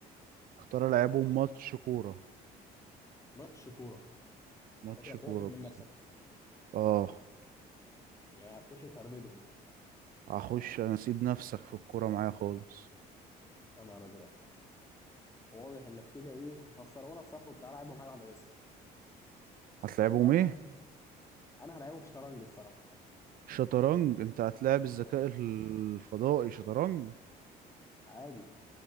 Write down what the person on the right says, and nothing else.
اختار العبهم ماتش كورة
ماتش
كورة
بالظبط
اه
هخش انا اسيب نفسك في الكورة معايا خالص
هتلعبهم
ايه
شطرنج انت هتلاعب الذكاء
الفضائي شطرنج